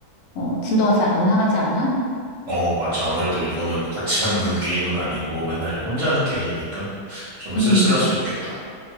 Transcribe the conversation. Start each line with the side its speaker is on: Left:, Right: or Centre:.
Left: 어, 진도가 잘 안 나가지 않아?
Right: 어, 맞아. 아무래도 이거는 같이 하는 게임은 아니고, 맨날 혼자 하는 게임이니까 좀 쓸쓸할
Left: 음,
Right: 수 있겠다.